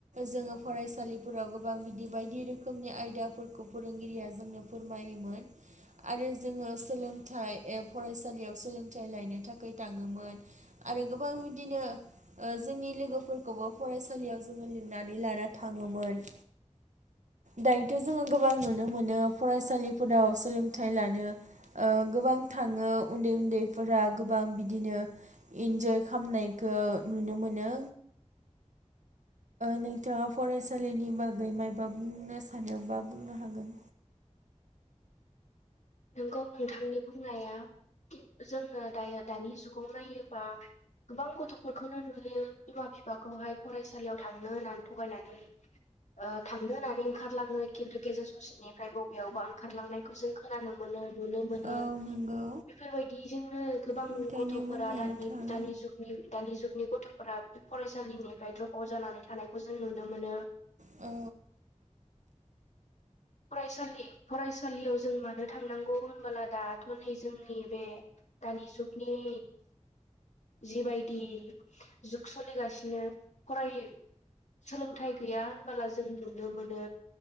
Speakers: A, on the right (about 75°); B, on the left (about 70°).
A: जोंङो फरायसालि फोराव गोबां बिदि बायदि रोखोमनि आयदाफोरखौ फोरोंगिरिया जोंनो फोरमायोमोन आरो जोंङो सोलोंथाइ ए फरायसालियाव सोलोंथाइ लायनो थाखाय थांङोमोन आरो गोबां बिदिनो ओ जोंनि लोगोफोरखौबो फरायसालियाव जोंङो लिंनानै लाना थाङोमोन। दायोथ' जोंङो गोबां नुनो मोनो फरायसालिफोराव सोलोंथाइ लानो ओ गोबां थांङो उन्दै उन्दैफोरा गोबां बिदिनो इन्जय खालामनायखौ नुनो मोनो। नोंथांङा फरायसालिनि बागै मायबा बुंनो सानोबा बुंनो हागोन।
B: नोंगौ नोंथांनि बुंनाया खिन जोंङो दायो दानि जुगाव नायोबा गोबां गथ'फोरखौनो नुयो बिमा बिफाखौहाय फरायसालियाव थांनो होननानै थगायनानै ओ थांनो होननानै ओंखारलांङो खिन्थु गेजेर ससेनिफ्राय बबेयावबा ओंखारलांनायखौ जों। खोनानो मोननो। नुनो मोनो
A: औ नंगौ
B: बेफोरबायदिजोंनो गोबां
A: नोंथांनि
B: गथ'फोरा
A: बुंनाया
B: दानि
A: थार।
B: दानि जुगनि दानि जुगनि गथ गथ'फोरा बे फरायसालिनिफ्राय द्रप आउट जानानै थानायखौ जों नुनो मोनो।
A: औ।
B: फरायसालि फरायसालियाव जों मानो थांनांगौ होनबोला दाथ' नै जोंनि बे दानि जुगनि जिबायदि जुग सोलिगासिनो फराय सोलोंथाइ गैया होनबोला जों नुनो मोनो